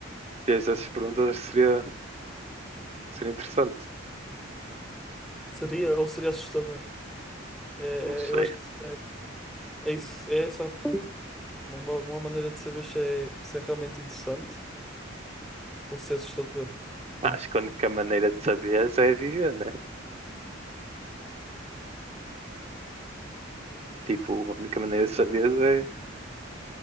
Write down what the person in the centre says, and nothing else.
seria ou seria assustador. É,
é, eu acho que isso é, é, isso, é essa a pergunta. Tipo, não dá, não há maneira de saber se é, se é realmente interessante ou se é assustador.
Entendes?